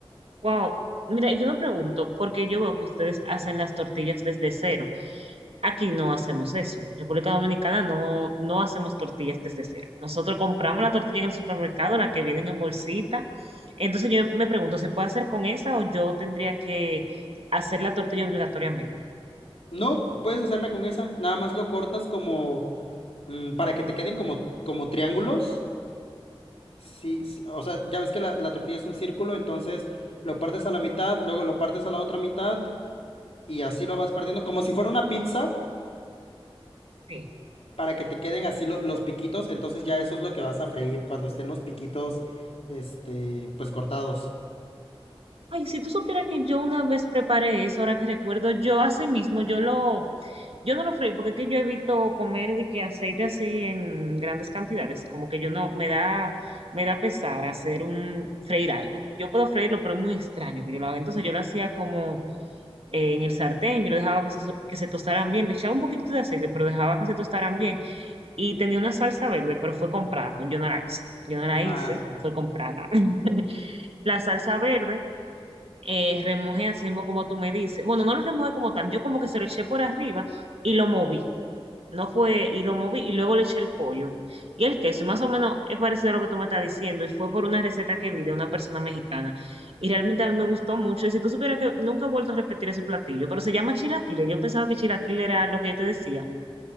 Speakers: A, on the right; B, on the left.
A: Wow. Mira, yo me pregunto, porque yo veo que ustedes hacen las tortillas desde cero. Aquí no hacemos eso. En República Dominicana no, no hacemos tortillas desde cero. Nosotros compramos la tortilla en el supermercado, la que vienen en bolsita. Entonces yo me pregunto, ¿se puede hacer con esa o yo tendría que hacer la tortilla obligatoriamente?
B: No, puedes hacerla con esa. Nada más lo cortas como mm, para que te queden como, como triángulos. Sí, sí, o sea, ya ves que la, la tortilla es un círculo, entonces lo partes a la mitad, luego lo partes a la otra mitad y así lo vas partiendo, como si fuera una pizza,
A: Sí.
B: para que te queden así lo- los piquitos. Entonces ya eso es lo que vas a freír cuando estén los piquitos, este, pues cortados.
A: Ay, si tú supieras que yo una vez preparé eso, ahora que recuerdo, yo así mismo, yo lo, yo no lo freí, porque es que yo evito comer de que aceite así en grandes cantidades, como que yo no, me da, me da pesar hacer un, freír algo. Yo puedo freírlo, pero es muy extraño que yo lo haga. Entonces yo lo hacía como eh, en el sartén, yo lo dejaba que se, so- que se tostaran bien, le echaba un poquitito de aceite, pero dejaba que se tostaran bien. Y tenía una salsa verde, pero fue comprada, no, yo no la hice. Yo no la hice,
B: Ah,
A: fue comprada. <laughs> La salsa verde eh, remojé así mismo como tú me dices. Bueno, no lo remojé como tal, yo como que se lo eché por arriba y lo moví. No fue, y lo moví y luego le eché el pollo y el queso. Y más o menos es parecido a lo que tú me estás diciendo. Y fue por una receta que vi de una persona mexicana. Y realmente a mí me gustó mucho. Y si tú supieras que nunca he vuelto a repetir ese platillo, pero se llama chilaquiles. Yo pensaba que chilaquiles era lo que yo te decía.